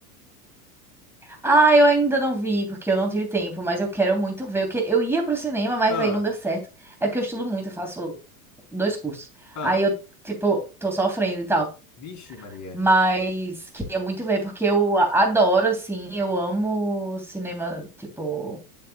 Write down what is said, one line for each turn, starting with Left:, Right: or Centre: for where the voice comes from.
Centre: Ah, eu ainda não vi, porque eu não tive tempo, mas eu quero muito ver. Porque eu ia pro cinema, mas
Left: Ah,
Centre: aí não deu certo. É porque eu estudo muito, eu faço dois cursos.
Left: ah,
Centre: Aí eu, tipo, tô sofrendo e tal.
Left: vixe, Maria.
Centre: Mas queria muito ver, porque eu a- adoro, assim, eu amo cinema, tipo.